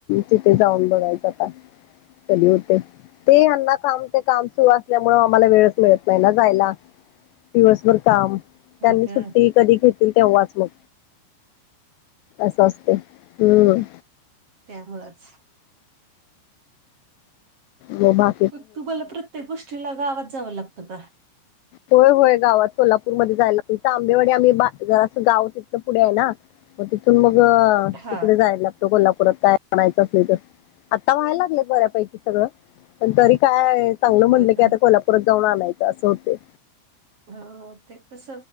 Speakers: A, on the left (about 80°); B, on the right (about 35°).
A: तिथे जाऊन बघायचं आता कधी होते. ते यांना काम ते काम सुरू असल्यामु आम्हाला वेळच मिळत नाही ना जायला. दिवसभर काम.
B: होय
A: त्यांनी
B: का
A: सुट्टी कधी घेतील तेव्हाच मग असं असते. हम्म.
B: तेव्हाच.
A: लय बा
B: मग तु मला प्रत्येक गोष्टीला गावात जावं लागतं का.
A: होय होय गावात कोल्हापूर मध्ये जायला लागतंय हीथं आंबेवाडी आम्ही बा जरा असं गाव तिथलं पुढे आहे ना. मग तिथून मग
B: हा
A: तिकडे जायला लागतो कोल्हापुरात काय आणायच असल तर. आता व्हायला लागलेत बऱ्यापैकी सगळं पण तरी काय चांगलं
B: होय
A: म्हटलं
B: काय
A: की आता कोल्हापुात जाऊ आणायचं असं होते.
B: अ ते कंस